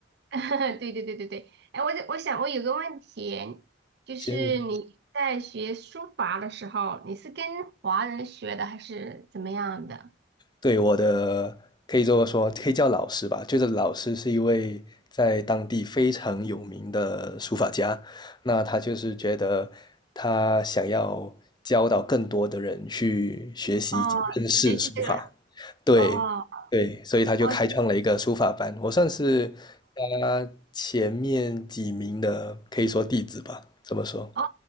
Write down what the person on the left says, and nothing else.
先
对，我的可以这么说，可以叫老师吧。就是老师是一位在当地非常有名的书法家，那他就是觉得他想要教导更多的人去学习认识书法，
对，
对，所以他就开创了一个书法班，
我算是他前面几名的，可以说弟子吧，怎么说。